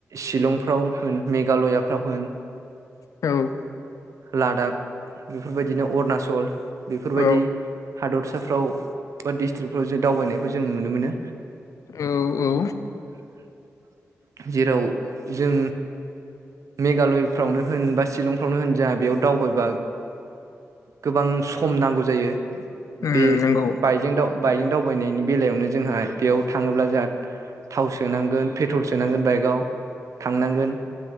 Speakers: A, on the right; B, on the left.
A: शिलंफ्राव होन मेघालयाफ्राव होन
B: औ
A: लादाख बेफोरबायदिनो अरुणाचल बेफोरबायदि
B: औ
A: हादरसाफोर फ्राव बा डिस्ट्रिक्टफ्राव जों दावबायनायखौ जों नुनो मोनो
B: औ औ
A: औ जेराव जों मेघालयफ्रावनो होन बा शिलंफ्रावनो होन जोंहा बेयाव दावबायबा गोबां सम नांगौ जायो
B: उम
A: बे
B: नंगौ
A: बाइकजों दाउ बाइनो दावबायनायनि बेलायावनो जोंहा बेयाव थाङोब्ला जोंहा थाव सोनांगोन पेट्रल सोनांगोन बाइकआव थांनांगोन